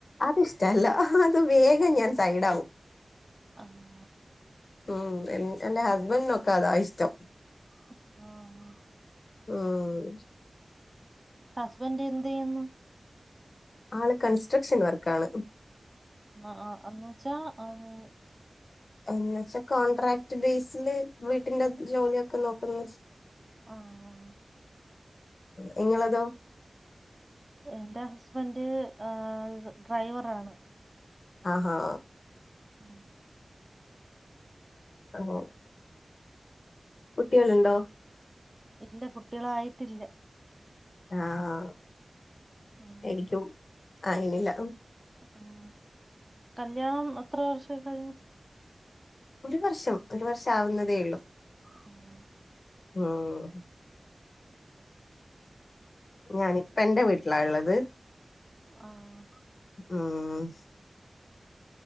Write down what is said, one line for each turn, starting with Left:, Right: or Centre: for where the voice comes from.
Left: അതിഷ്ടവല്ല അത് വേഗം ഞാൻ സൈടാവും
Right: ആഹ്
Left: ഉം എൻ എന്റെ ഹസ്ബൻഡിനൊക്കെ അതാ ഇഷ്ട്ടം
Right: ആഹ് ആഹ്
Left: ഉം
Right: ഹസ്ബന്റ് എന്ത് ചെയ്യുന്നു
Left: ആള് കൺസ്ട്രക്ഷൻ വർക്കാണ്-
Right: ആഹ് ആഹ് അന്നു വെച്ചാ ആഹ്
Left: എന്നു വെച്ചാ കോൺട്രാക്ട് ബേസില് വീട്ടിന്റെ ജോലിയൊക്കെ നോക്കുന്നത്-
Right: ആഹ് ആഹ്
Left: നിങ്ങളിതോ
Right: എന്റെ ഹസ്ബൻഡ് ആ ഡ്രൈവറാണ്
Left: ആഹാ
Right: ഉം
Left: ആഹാ കുട്ടികള് ഉണ്ടോ
Right: ഇല്ല കുട്ടികളായിട്ടില്ല
Left: ആഹാ
Right: ആഹ്
Left: എനിക്കും ആയിനില്ല
Right: ആഹ് കല്യാണം എത്ര വർഷായി കഴിഞ്ട്ട് -
Left: ഒരു വർഷം ഒരു വർഷാവുന്നതേയുള്ളൂ
Right: ആഹ്
Left: ആഹ് ഞാന് ഇപ്പൊ എന്റെ വീട്ടിലാ ഉള്ളത്
Right: ആഹ്
Left: ആഹ്